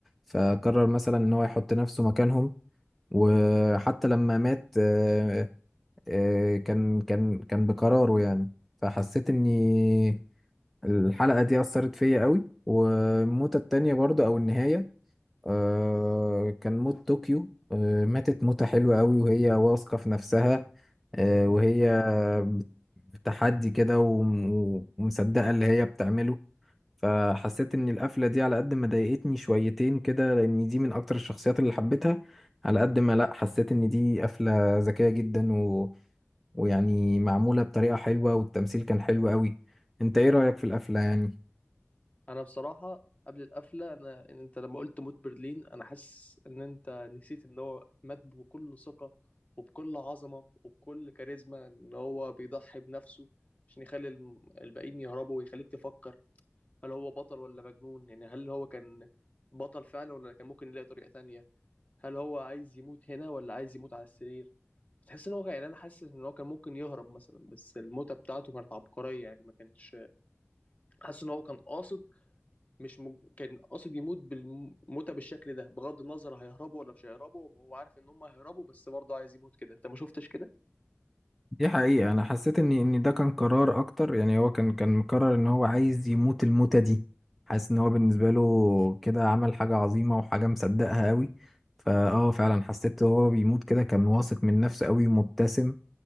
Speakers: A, in the centre; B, on the left (about 30°).
A: فقرر مثلا ان هو يحط نفسه مكانهم وحتى لما مات آه، آه، كان كان كان بقراره يعني فحسيت اني الحلقة دي أثرت فيا قوي والموتة التانية برضه أو النهاية آه كان موت طوكيو آه ماتت موتة حلوة قوي وهي واثقة في نفسها آه وهي بتحدي كده وم- ومصدقة اللي هي بتعمله فحسيت إن القفلة دي على قد ما ضايقتني شويتين كده لأن دي من أكتر الشخصيات اللي حبيتها على قد ما لأ حسيت إن دي قفلة ذكية جدا و... ويعني معمولة بطريقة حلوة والتمثيل كان حلو قوي أنت إيه رأيك في القفلة يعني؟
B: انا بصراحه قبل القفله انا إن انت لما قلت موت برلين انا حاسس ان انت نسيت ان هو مات بكل ثقه وبكل عظمه وبكل كاريزما ان هو بيضحي بنفسه عشان يخلي الم- الباقيين يهربوا ويخليك تفكر هل هو بطل ولا مجنون يعني هل هو كان بطل فعلا ولا كان ممكن يلاقي طريقه تانية هل هو عايز يموت هنا ولا عايز يموت على السرير بتحس ان هو يعني انا حاسس ان هو كان ممكن يهرب مثلا بس الموتة بتاعته كانت عبقرية يعني ما كانش حاسس ان هو كان قاصد مش م... كان قاصد يموت بالموتة بالشكل ده بغض النظر هيهربوا ولا مش هيهربوا هو عارف ان هم هيهربوا بس برضه عايز يموت كده انت ما شفتش كده
A: دي حقيقة أنا حسيت إن إن ده كان قرار أكتر يعني هو كان كان مقرر إن هو عايز يموت الموتة دي حاسس إن هو بالنسبة له كده عمل حاجة عظيمة وحاجة مصدقها أوي فا آه فعلا حسيت هو بيموت كده كان واثق من نفسه أوي ومبتسم